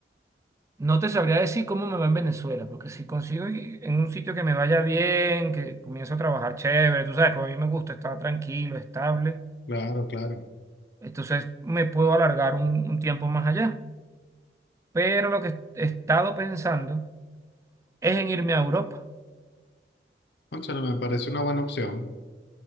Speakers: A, on the right; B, on the left.
A: no te sabría decir cómo me va en Venezuela, porque si consigo i- en un sitio que me vaya bien, que comienzo a trabajar chévere, tú sabes, como a mí me gusta estar tranquilo, estable,
B: Claro, claro.
A: entonces me puedo alargar un un tiempo más allá. pero lo que he estado pensando es en irme a Europa.
B: Cónchale, me parece una buena opción.